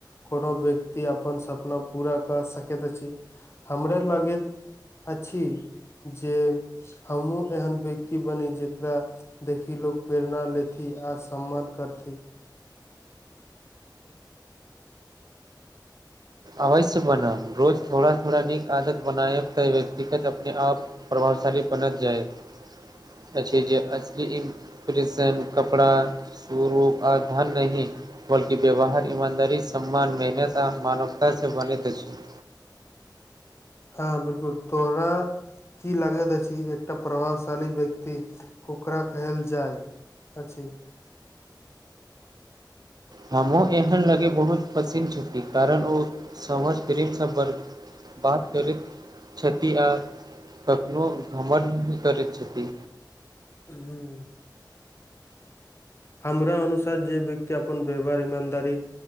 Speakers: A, on the left (about 35°); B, on the right (about 60°).
A: कोनो व्यक्ति अपन सपना पूरा कऽ सकैत अछि हमरा लागैत अछि जे हमहूँ एहन व्यक्ति बनी जेकरा देखी लोक प्रेरणा लेथि आ सम्मान करथि
B: अवश्य बनब रोज थोड़ा-थोड़ा नीक आदत बनायब तऽ व्यक्तिगत अपने आप प्रभावशाली बनत जाइत अछि जे असली ई प्रिशन कपड़ा स्वरूप आ धन नहि बल्कि व्यवहार ईमानदारी सम्मान मेहनत आ मानवता सऽ बनैत अछि।
A: हाॅं बिल्कुल तोहरा की लागैत अछि एकटा प्रभावशाली व्यक्ति ओकरा कहल जाइ अछि
B: हमहूँ एहन लगै बहुत पसिन्न छै कि कारण ओ समझ प्रेमसभ बड़ बात करैत छथि आ कखनो घमण्ड नहि करैत छथि
A: हूॅं हमरा अनुसार जे व्यक्ति अपन व्यवहार ईमानदारी